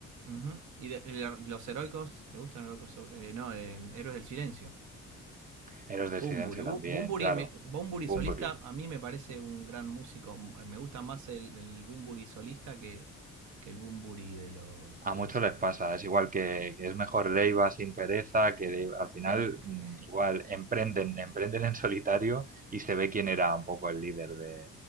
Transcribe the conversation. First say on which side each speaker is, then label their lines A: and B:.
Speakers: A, on the right; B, on the right.
A: Ujú. ¿Y de- el- los heroicos? ¿Te gustan los heroicos? sobre- eh, no, eh, Héroes del Silencio.
B: Héroes del
A: Bumburi.
B: Silencio también,
A: Bu- Bumburi,
B: claro.
A: me- Bumburi
B: Bunbury.
A: solista a mí me parece un gran músico. Me gusta más el, el Bumburi solista que, que el Bumburi de los...
B: A
A: De
B: muchos
A: los eh,
B: les pasa, es igual que, que es mejor Leiva sin pereza, que Ley- al final
A: que le- que-
B: mm, igual emprenden, emprenden en solitario y se ve quién era un poco el líder de...